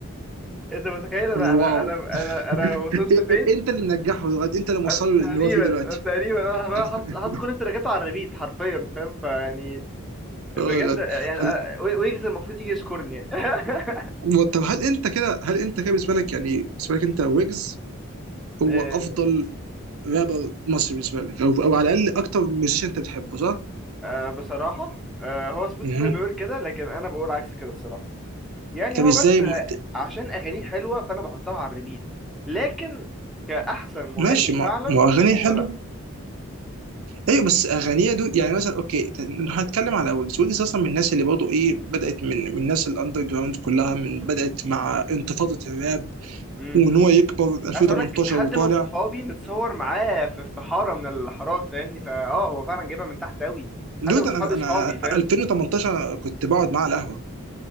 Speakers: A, in the centre; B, on the right.
A: انت متخيل انا انا
B: واو
A: انا انا, أنا وصلت
B: إيه- إيه-
A: فين
B: انت اللي منجحه دلوقتي انت اللي موصله
A: أنا- تقريبا
B: اللي هو فيه دلوقتي
A: تقريبا انا بقى
B: <laughs>
A: حاطط حاطط كل التراكات على الريبيت حرفيا فاهم فيعني بجد
B: اه بجد
A: يعني
B: هل...
A: أ- وي- ويجز المفروض يجي يشكرني يعني <laughs>
B: و- طب هل انت كده هل انت كده بالنسبه لك يعني بالنسبه لك انت ويجز هو
A: آه،
B: افضل رابر مصري بالنسبه لك او او على الاقل اكتر ميوزيشن انت بتحبه صح؟
A: آه، بصراحة آه، هو سبوتيفاي
B: مهم.
A: بيقول كده لكن أنا بقول عكس كده الصراحة يعني
B: طب
A: هو
B: ازاي
A: بس آه،
B: ما... ت-
A: عشان أغانيه حلوة فأنا بحطها على الريبيت لكن كأحسن مغني
B: ماشي ما,
A: فعلا
B: ما
A: مش
B: هو اغانيه
A: هو
B: حلو
A: لأ
B: ايوه بس اغانيه دول يعني مثلا اوكي لو هتكلم على ويجز ويجز اصلا من الناس اللي برضه ايه بدات من من الناس الاندر جراوند كلها من
A: م- م-
B: بدات مع انتفاضه الراب
A: م.
B: وان
A: م.
B: هو يكبر 2018
A: عايز أقولك حد
B: وطالع
A: من صحابي متصور معاه في في حارة من الحارات فاهمني فأه هو فعلا جايبها من تحت أوي
B: دود
A: حد من
B: انا
A: صحابي
B: انا
A: صحابي فاهم
B: 2018 كنت بقعد معاه على القهوه